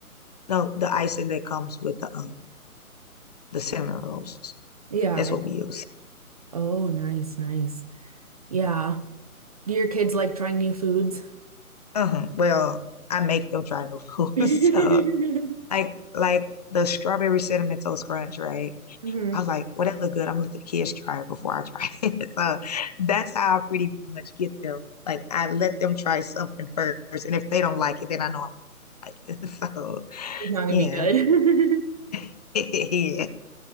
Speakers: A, on the left; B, on the right.
A: no, the icing that comes with the um the cinnamon rolls.
B: Yeah.
A: That's what
B: yeah.
A: we use.
B: Oh, nice, nice. Yeah. Do your kids like trying new foods?
A: Uh-huh. Well, I make them try new foods.
B: <laughs> hmm
A: <laughs> So like like the strawberry cinnamon toast crunch, right?
B: It's
A: I was like, well, that look good. I'm gonna let the kids try it before I try it. <laughs> so that's how I pretty much get them. Like I let them try something first, and if they don't like it, then I know I'm not like it. So
B: not gonna
A: yeah,
B: be good. <laughs>
A: <laughs> yeah.